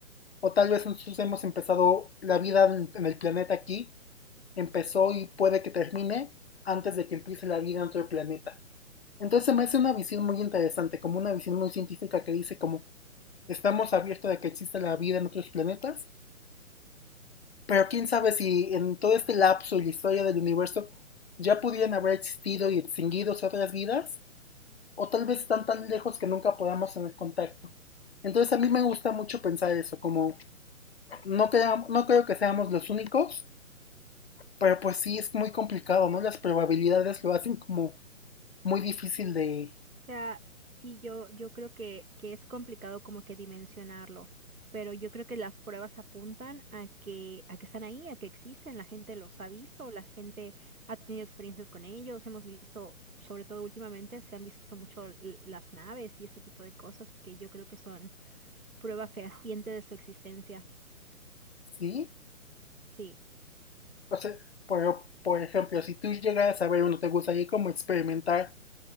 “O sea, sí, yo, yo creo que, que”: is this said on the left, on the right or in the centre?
Right